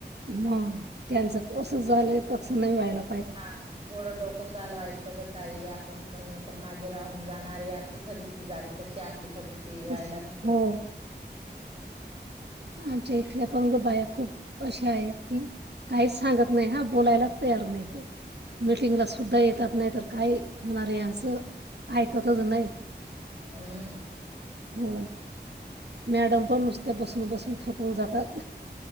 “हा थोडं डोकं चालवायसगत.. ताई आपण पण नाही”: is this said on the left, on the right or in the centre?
Right